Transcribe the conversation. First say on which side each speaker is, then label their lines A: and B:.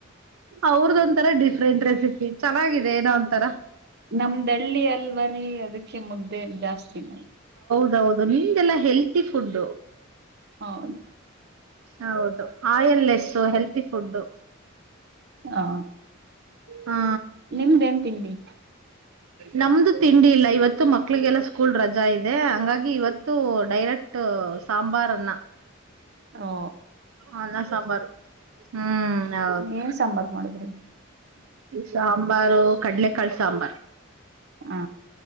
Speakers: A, on the right; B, on the right.
A: ಅವ್ರದ ಒಂತರ ಡಿಫ್ರೆಂಟ್ ರೆಸಿಪಿ ಚೆನ್ನಾಗಿದೆ ಏನೋ ಒಂತರ
B: ನಮ್ದ ಹಳ್ಳಿ ಅಲ್ವರಿ ಅದಕ್ಕೆ ಮುದ್ದೆ ಜಾಸ್ತಿ ನೋ
A: ಹೌ ಹೌದು ನಿಮ್ದೆಲ್ಲಾ ಹೆಲ್ತಿ ಫುಡ್
B: ಹೌದು
A: ಹೌದು ಆಯಲ್ಲೆಸ್ ಹೆಲ್ತಿ ಫುಡ್ಡು
B: ಹಾ
A: ಹಾ
B: ನಿಮ್ದೇನ್ ತಿಂಡಿ
A: ನಮ್ದು ತಿಂಡಿ ಇಲ್ಲ ಇವತ್ತು ಮಕ್ಳಿಗೆಲ್ಲ ಸ್ಕೂಲ್ ರಜಾ ಇದೆ ಹಂಗಾಗಿ ಇವತ್ತು ಡೈರೆಕ್ಟ್ ಸಾಂಬಾರ ಅನ್ನ
B: ಹಓ
A: ಅನ್ನ ಸಾಂಬಾರು ಹ್ಮ್ ಹೌದು
B: ಏನ್ ಸಾಂಬಾರ್ ಮಾಡಿದ್ರಿ
A: ಸಾಂಬಾರು ಕಡ್ಲೆಕಾಳಿ ಸಾಂಬಾರ್
B: ಹಾ